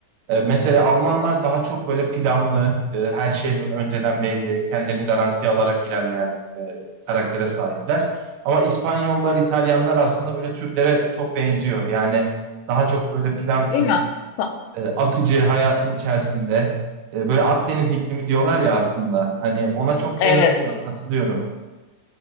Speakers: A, on the right (about 75°); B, on the left (about 80°).
A: E, mesela Almanlar daha çok böyle planlı, e, her şey böyle önceden belli, kendilerini garantiye alarak ilerleyen e, karaktere sahipler. Ama İspanyollar, İtalyanlar aslında böyle Türklere çok benziyor. Yani daha çok böyle plansız,
B: Değil mi? Ta-
A: e, akıcı hayatın içerisinde e, böyle Akdeniz iklimi diyorlar ya aslında. Hani ona çok Evet.
B: Evet.
A: benziyor. Katılıyorum.